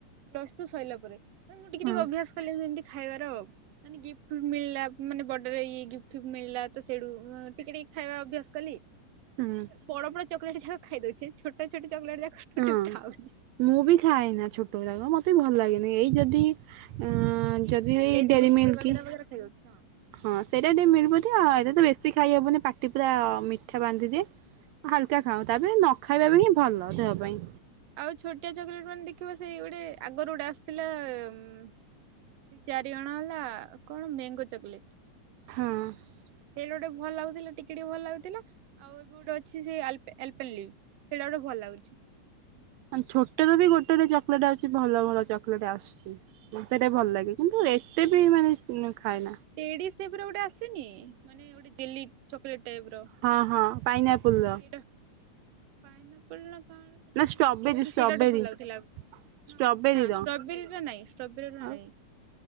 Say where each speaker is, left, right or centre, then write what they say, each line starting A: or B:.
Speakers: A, on the right (about 70°); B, on the right (about 85°).
A: ପ୍ଲସଟୁ ସଇଲା ପରେ ନାଇଁ ମୁଁ ଟିକେ
B: ହଁ
A: ଟିକେ ଅଭ୍ୟାସ କଲି ଏମିତି ଖାଇବାର ମାନେ ଗିଫ୍ଟ ମିଳିଲା ମାନେ ବର୍ଡେ ର ଇଏ ଗିଫ୍ଟ ଫିଫ୍ଟ ମିଳିଲା ତ ସେଇଠୁ ମ ଟିକି ଟିକ ଖାଇବା ଅଭ୍ୟାସ କଲି।
B: ହୁଁ।
A: ବଡ଼ ବଡ଼ ଚକଲେଟ୍ ଯାକ ଖାଇ ଦଉଚି ଛୋଟ ଛୋଟ ଚକଲେଟ୍ ଯାକ ଗୋଟେ
B: ହଁ।
A: ବି ଖାଉନି।
B: ମୁଁ ବି ଖାଏନା ଛୋଟ ଗୁରାକ ମ ଏତେ ଭଲ ଲାଗେନି ଏଇ ଯଦି
A: ହଁ।
B: ଅଁ ଅଁ
A: କିଟକାଟ
B: ଯଦି ଏଇ ଡେରି
A: ମିଲ୍କ
B: ମିଲ୍କି
A: ଏ ବଗେରା ବଗେରା ଖାଇଦଉଛି ହଁ।
B: ହଁ ସେଇଟା ଟିକେ ମିଳିବତି ଆ ଏଟା ତ ବେଶୀ ଖାଇହବନି ପାଟି ପୁରା ମିଠା ବାନ୍ଧିଦିଏ। ହାଲକା
A: ହଁ
B: ଖାଅ ତାପରେ ନ ଖାଇବା ବି ହିଁ ଭଲ ଦେହ ପାଇଁ।
A: ଆଉ ଛୋଟିଆ ଚକଲେଟ ମାନେ ଦେଖିବ ସେଇ ଗୋଟେ ଆଗରୁ ଗୋଟେ ଆସୁଥିଲା ଏ ଏ ମ୍ ଦୁଇ ଚାରି ଅଣ ହେଲା କଣ ମେଙ୍ଗୋ ଚକଲେଟ୍।
B: ହଁ।
A: ୟେଲୋ ଟା ଭଲ ଲାଗୁଥିଲା ଟିକେ ଟିକେ ଭଲ ଲାଗୁଥିଲା। ଆଉ ଏବେ ଗୋଟେ ଅଛି ସେ ଆଲପେ ଏଲପେଲ ଲିବ ସେଇଟା ଗୋଟେ ଭଲ ଲାଗୁଛି।
B: ମାନେ ଛୋଟ ରେ ବି ଗୋଟେରେ ଚକଲେଟ୍ ଆଉଚି ଭଲ ଭଲ ଚକଲେଟ୍ ଆସୁଚି। ମତେ ଏଟା ଭଲ ଲାଗେ କିନ୍ତୁ ରେ ମାନେ କିନୁ ଖାଏନି।
A: ଏଡି ସେଫର ଗୋଟେ ଆସେନି ମାନେ ଗୋଟେ ଜେଲି ଚକଲେଟ୍ ଟାଇପର।
B: ହଁ ହଁ ପାଇନିଆପୁଲ।
A: ଏଇଟା ପାଇନ ଆପୁଲ ନା କଣ ସେଟା
B: ନା
A: ମୁଁ
B: ଷ୍ଟ୍ରବେରୀ
A: ଜାଣିନି ବାକି
B: ଷ୍ଟ୍ରବେରୀ
A: ସେଇଟା ଗୋଟେ ଭଲ ଲାଗୁଥିଲା ଆଗୁ
B: ଷ୍ଟ୍ରବେରୀର
A: ହଁ ନା ଷ୍ଟ୍ରବେରୀର ନାଇଁ ଷ୍ଟ୍ରବେରୀର
B: ଆଉ
A: ନାଇଁ।